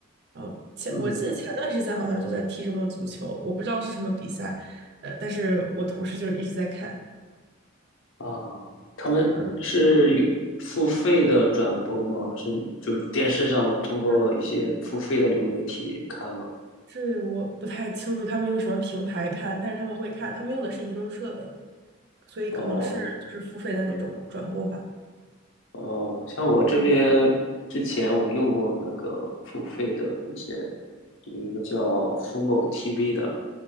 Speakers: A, on the right; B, on the left.
A: 然后前我记得前段时间好像就在踢什么足球，
B: 嗯
A: 我不知道是什么比赛，呃，但是我同事就是一直在看。
B: 啊，他们是有付费的转播吗？
A: 嗯
B: 是就是电视上通过一些付费的流媒体看吗？
A: 嗯，这我不太清楚他们用什么平台看，但是他们会看，他们用的是移动设备，所以可能是就是付费的那种转播吧。
B: 哦哦，像我这边之前我用过那个付费的一些，
A: 嗯
B: 有一个叫 Fubo TV 的，